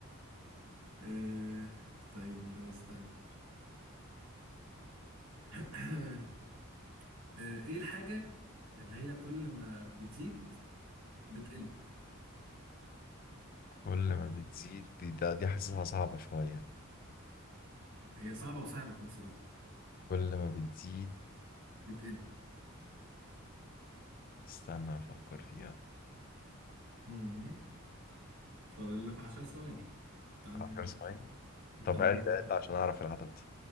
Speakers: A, on the right; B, on the left.
A: آه... طيب استنى <coughs> <clears throat> آه... ايه الحاجة اللي هي كل ما بتزيد بتقل
B: كل ما بتزيد دي ده دي حاسسها صعبة شوية
A: هي صعبة وسهلة في نفس الوقت
B: كل ما بتزيد
A: بتقل
B: استنى أفكر فيها
A: مم. فاضل لك عشر ثواني تن
B: عشر ثواني طب
A: تن
B: عد عد عشان أعرف العدد